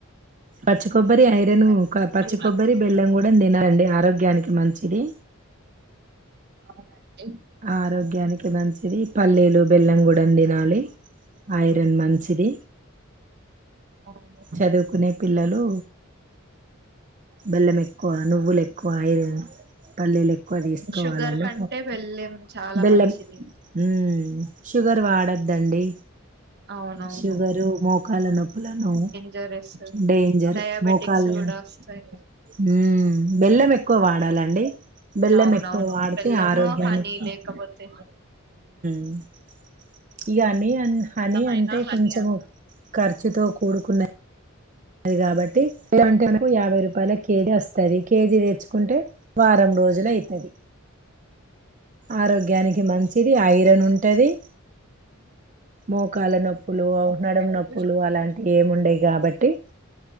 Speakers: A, on the right; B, on the right.
A: పచ్చ కొబ్బరి ఐరన్
B: ఓకే అండి.
A: పచ్చ కొబ్బరి బెల్లం కూడా తినాలండి ఆరోగ్యానికి మంచిది
B: అవునండి
A: ఆరోగ్యానికి కి మంచిది పల్లెలు బెల్లం కూడం తినాలి ఐరన్ మంచిది
B: అవును
A: చదువుకునే పిల్లలు బెల్లం ఎక్కువ నువ్వులు ఎక్కువ ఐరన్ పల్లీలు ఎక్కువ తీసుకోవాలండి
B: షుగర్ కంటే వెళ్ళం చాలా
A: బెల్లం
B: మంచిది
A: మ్మ్ షుగర్ వాడొద్దండి
B: అవునవును
A: షుగరు మోకాల నొప్పులను
B: జరస్
A: డేంజర్
B: డయాబెటిక్స్
A: మోకాలు
B: కూడా వస్తాయి
A: మ్మ్ బెల్లం ఎక్కువ వాడాలండి బెల్లం
B: అవునవును
A: ఎక్కువ వాడితే
B: బెల్లము
A: ఆరోగ్యానికి
B: హనీ లేకపోతే
A: <unintelligible> ఈ హనీ అ హనీ
B: బెల్లమైనా
A: అంటే
B: హనీ
A: కొంచెం
B: అన్న
A: ఖర్చుతో కు కూడుకున్నయి ది కాబట్టి కు మనకు యాభై రూపాయల కేజీ వస్తంది తది కేజీ తెచ్చుకుంటే వారం రోజులు లే అయితది ఆరోగ్యానికి మంచిది ఆయిర్ ఏదనా ఉంటాది మోకాల నొప్పులు
B: ఓకే
A: నడ
B: అండి
A: నొప్పులు అలాంటివి ఏముండేవి కాబట్టి